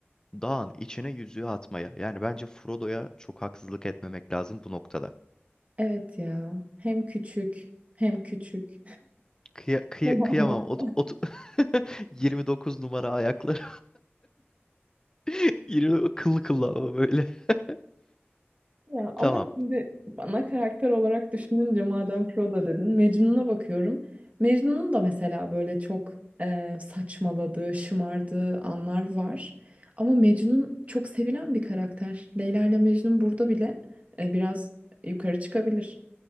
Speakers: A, on the left (about 15°); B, on the right (about 35°).
A: Dağın içine yüzüğü atmaya. Yani bence Frodo'ya çok haksızlık etmemek lazım bu noktada.
B: Evet ya. Hem küçük hem küçük.
A: Kıya, kıya-
B: <laughs>
A: kıyamam. Ot, ot- <laughs> 29 numara ayakları. <laughs> Yirmi- kıllı kıllı ama böyle. <laughs>
B: Ya ama
A: Tamam.
B: şimdi ana karakter olarak düşününce madem Frodo dedin, Mecnun'a bakıyorum. Mecnun'un da mesela böyle çok e, saçmaladığı, şımardığı anlar var. Ama Mecnun çok sevilen bir karakter. Leyla ile Mecnun burada bile e, biraz yukarı çıkabilir.